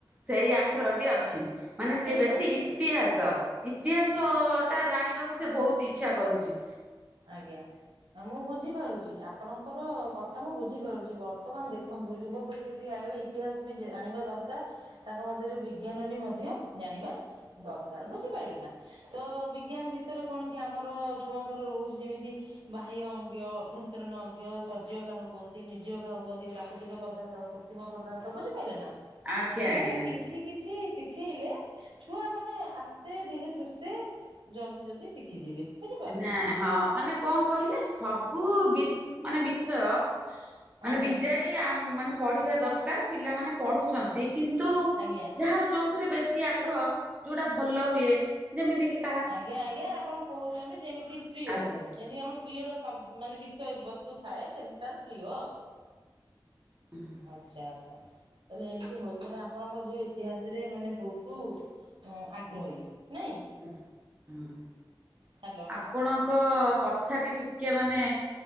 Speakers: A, on the right (about 15°); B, on the right (about 75°).
A: ସେଇ ଆଗ ଗ୍ରହଟି ଅଛି ମାନେ ସିଏ
B: ଠିକ୍
A: ବେଶୀ
B: ଅଛି।
A: ଇତିହାସ, ଇତିହାସ
B: ହଁ।
A: ଟା ଜାଣିବାକୁ ସେ ବହୁତ୍ ଇଚ୍ଛା କରୁଚି।
B: ଆଜ୍ଞା ମୁଁ ବୁଝିପାରୁଚି ଆପଣଙ୍କର କଥା ମୁଁ ବୁଝିପାରୁଚି ବ ର୍ତ୍ତମାନ୍ ଦେଖନ୍ତୁ ଯୁବପିଢି ଯେତିକି ଆଗରେ ଇତିହାସ ବି ଜା ଜାଣିବା ଦରକାର୍ ତାଙ୍କ ମଧ୍ୟରେ ବି ଜ୍ଞାନ ବି ମଧ୍ୟ ଜାଣିବା ଦରକାର୍ ବୁଝିପାଇଲେ ନା। ତ ବିଜ୍ଞାନ ଭିତରେ କଣ କି ଆମର ଛୁଆଙ୍କର ରହୁଚି ଯେମିତି। ବାହ୍ୟ ଅଙ୍ଗ୍ୟୟ ଅଭ୍ୟନ୍ତରୀଣ ଅଙ୍ଗୟ ସର୍ଜିବ କାହାକୁ କୁହନ୍ତି ନିର୍ଜୀବ କାହାକୁ କୁହନ୍ତି ପ୍ରାକୃତିକ ପଦାର୍ଥକୁ। କୃତିମ ପଦାର୍ଥ ବୁଝିପାଇଲେ ନା
A: ଆଜ୍ଞା
B: ଏଇଭଳି
A: ଆଜ୍ଞା।
B: କି ଛି କିଛି ଶିଖେଇଲେ ଛୁଆମାନେ ଆସ୍ତେ ଧୀରେ ସୁସ୍ଥେ। ଜଲ୍ଦି ଜଲ୍ଦି ଶିଖିଯିବେ। ବୁଝିପାରିଲେ
A: ହେ
B: ନା
A: ହଁ ମାନେ କଣ କହିଲେ ସବୁ ବିସ୍ ମାନେ ବି ତୟ ମାନେ
B: ଆଜ୍ଞା
A: ବିଦ୍ୟାଟି ଆ ମାନେ ପଢିବା ଦରକାର୍ ପିଲାମାନେ ପଢୁଚନ୍ତି କି ତୁ
B: ଆଜ୍ଞା
A: ଯାହାର ଯୋଉଥିରେ ବେଶୀ ଆଗ୍ରହ ଯୋଉଟା ଭଲ ହୁଏ ଯେମିତିକି।
B: ଆଜ୍ଞା ଆଜ୍ଞା ଆପଣ କହୁଛନ୍ତି ଯେମିତି ପ୍ରିୟ।
A: ଆଜ୍ଞା
B: ଯେମତି ଆମର ପ୍ରିୟର ସବ ମାନେ ବିଷୟ ବସ୍ତୁ ଥାଏ ସେମତି ତାର ପ୍ରିୟ ଆଉ।
A: <unintelligible>
B: ଆଚ୍ଛା ଆଚ୍ଛା ତାହେଲେ ଏମତି ହଉଚି ତାହେଲେ ଆପଣଙ୍କ ଝିଅ ଇତିହାସରେ ମାନେ ବହୁତୁ। ହଁ ଆଗ୍ରହୀ ନାଇଁ?
A: <unintelligible>
B: ହାଲୋ।
A: ଆପଣଙ୍କ କଥାଟି ଟିକେ ମାନେ